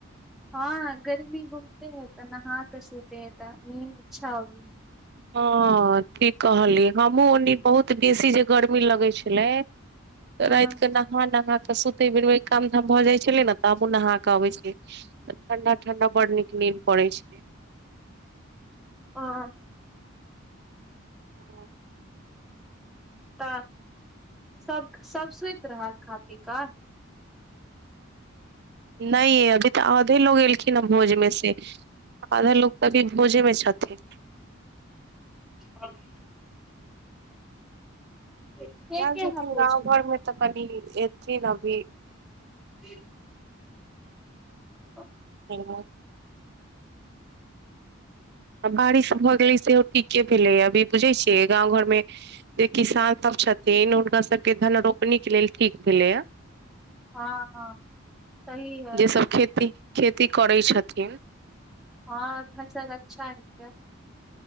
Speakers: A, in the centre; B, on the right.
A: हाॅं गर्मी बहुते है त नहा कऽ सुते होत नींद अच्छा अबै ह।
B: हाॅं ठीक कहलियै हमहुँ ओनी बहुत बेसी जे य गर्मी लगै छलै।
A: हँ
B: रायेत कऽ नहा नहा क सुतैबेर काम धाम भऽ जाइ छले ने तऽ हमहूँ नहा कऽ आबै छलिए। तऽठंडा-ठंडा बड नीक नीन पड़ै छै ले।
A: हाॅंऽ।
B: हाॅंऽ।
A: तऽ सब-सब सुत रहल खा पी कऽ
B: नैय ये अभी तऽ आधे लोग एलखिन ह भोज मे से आधा लोक तऽ अभी भोजे मे छथिन।
A: आ। <inaudible> के के
B: आइल छथिन
A: है भोज
B: गाँव घर मे तऽ कनि एथिन अभी
A: पी। हाॅं।
B: ह <inaudible> आई बारिश भऽ गेलै सेहो ठीके भेलै अभी बुझै छियै गाँव घरमे। जे किसान सब छथिन हुनका सबके धन रोपनी के लेल ठीक भेलै आ
A: हँ हँ सही है
B: जै सब खेती-खेती करै छथिन।
A: हाॅंऽ फसल अच्छा हेते।